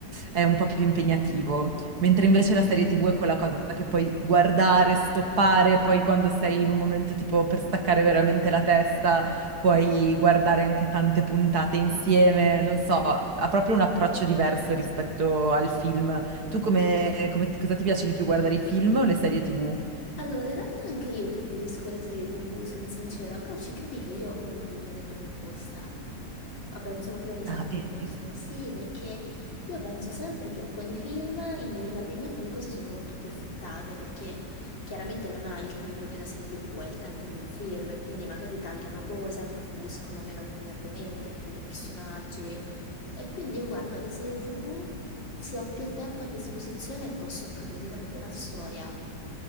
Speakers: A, on the right; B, on the left.
A: è un po' più impegnativo. Mentre invece la serie TV è quella cosa che puoi guardare, stoppare, poi quando sei in un momento tipo per staccare veramente la testa, puoi guardare anche tante puntate insieme. Non so, ha proprio un approccio diverso rispetto al film tu come, come- cosa ti piace di più guardare i film o le serie TV?
B: Allora, in realtà anche io preferisco le serie TV, sono sincera, però ci credi che io ho l'opinione proprio opposta? Ma penso proprio all'esatto
A: Ah, vedi.
B: opposto. Sì, perché io penso sempre che con i film inevitabilmente le cose sono molto più affrettate, perché chiaramente non hai il tempo di una serie TV, hai il tempo di un film, e quindi magari tagliano cose, approfondiscono meno alcuni argomenti, alcuni personaggi. E quindi io guardo le serie TV. Se ho più tempo a disposizione posso approfondire proprio la storia.